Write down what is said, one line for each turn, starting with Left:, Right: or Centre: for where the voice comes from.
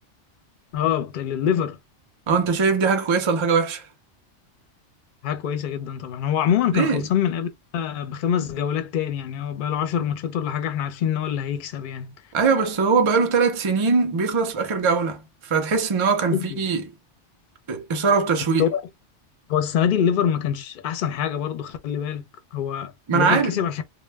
Left: اه بتاع الليفر
Right: اه انت شايف دي حاجة كويسة ولا حاجة وحشة
Left: حاجة كويسة جدا طبعا هو عموما كان
Right: ليه
Left: خلصان من قبل ده بخمس جولات تاني يعني هو بقى له 10 ماتشات ولا حاجة احنا عارفين ان هو اللي هيكسب يعني
Right: ايوه بس هو بقاله ثلاث سنين بيخلص في اخر جولة فتحس ان هو كان فيه
Left: أوكي.
Right: اثارة وتشويق
Left: هو هو السنة دي الليفر ما كانش احسن حاجة برضو خلي بالك هو
Right: ما
Left: الليفر
Right: انا عارف
Left: كسب عشان